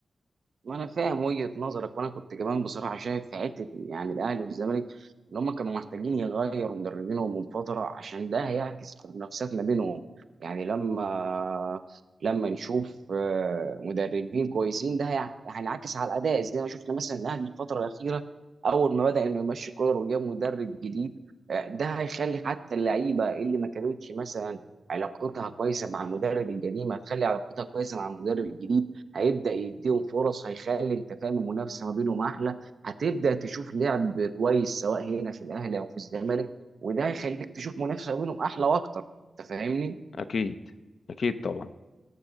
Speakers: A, on the right; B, on the left.
A: ما انا فاهم وجهة نظرك وانا كنت كمان بصراحه شايف في حته يعني الاهلي والزمالك ان هم كانوا محتاجين يغيروا مدربينهم من فتره عشان ده هيعكس في المنافسات ما بينهم يعني لما لما نشوف آه، مدربين كويسين ده هيع- هينعكس على الاداء زي ما شفنا مثلا الاهلي الفتره الاخيره اول ما بدا انه يمشي كولر وجاب مدرب جديد آه، ده هيخلي حتى اللعيبه اللي ما كانتش مثلا علاقتها كويسه مع المدرب القديم هتخلي علاقتها كويسه مع المدرب الجديد هيبدا يديهم فرص هيخلي انت فاهم المنافسه ما بينهم احلى هتبدا تشوف لعب كويس سواء هنا في الاهلي او في الزمالك وده هيخليك تشوف منافسه ما بينهم احلى واكتر انت فاهمني
B: اكيد اكيد طبعا